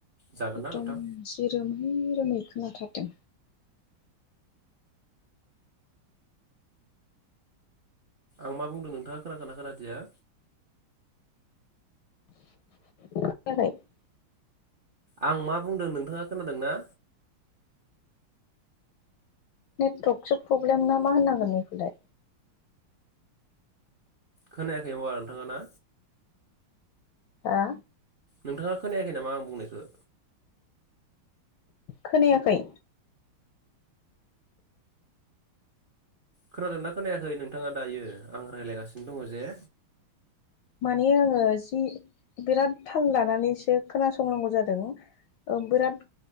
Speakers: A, on the right; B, on the left.
A: जागोन
B: एखदम
A: ना नोंथां
B: जि रोमै-रोमै खोनाथारदों।
A: आं मा बुंदों नोंथाङा खोनखोना खोनादिया।
B: <unintelligible>
A: आं मा बुंदों नोंथाङा खोनादों ना।
B: नेटतकसो प्रब्लेम ना मा होननांगोन बेखौलाय।
A: खोनायाखै होमबा नोंथाङा ना।
B: हा।
A: नोंथाङा खोनायाखै नामा आं बुंनायखौ।
B: खोनायाखै।
A: खोनादोंना, खोनायाखै नोंथाङा दायो आं रायज्लायगासिनो दङ जे।
B: माने, आंङो जि बिराद थाल लानानैसो'खोनासंनांगौ जादों। औ बिराद